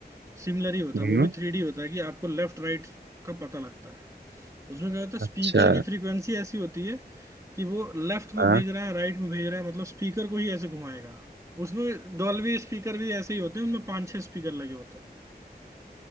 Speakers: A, on the right; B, on the right.
A: सिमिलर ही होता
B: हम्म
A: है वो भी थ्री डी होता है कि आपको लेफ्ट राइट का पता लगता है उसमें क्या होता है
B: अच्छा
A: स्पीकर की फ्रीक्वेंसी ऐसी होती है कि वो लेफ्ट में
B: हाँ
A: भेज रहा है राइट में भेज रहा है मतलब स्पीकर को ही ऐसे घुमाएगा उसमें डॉल्बी स्पीकर भी ऐसे ही होते हैं उनमें पांच छह स्पीकर लगे होते हैं